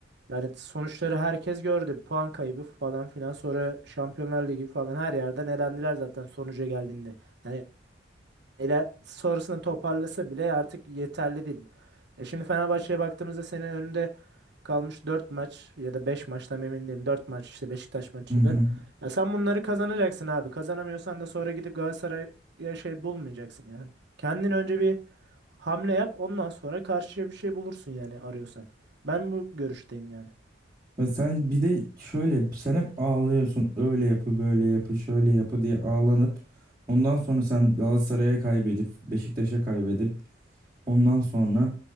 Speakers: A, on the right; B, on the right.
A: yani sonuçları herkes gördü. Puan kaybı falan filan sonra Şampiyonlar Ligi falan her yerden elendiler zaten sonuca geldiğinde. Yani ile sonrasını toparlasa bile artık yeterli değil. E şimdi Fenerbahçe'ye baktığımızda senin önünde kalmış 4 maç ya da 5 maç tam emin değilim. 4 maç işte Beşiktaş maçıyla.
B: <laughs>
A: Ya sen bunları kazanacaksın abi. Kazanamıyorsan da sonra gidip Galatasaray'a şey bulmayacaksın yani. Kendin önce bir hamle yap ondan sonra karşıya bir şey bulursun yani arıyorsan. Ben bu görüşteyim yani.
B: Ya sen bir de şöyle sen hep ağlıyorsun. Öyle yapı böyle yapı şöyle yapı diye ağlanıp ondan sonra sen Galatasaray'a kaybedip Beşiktaş'a kaybedip Ondan sonra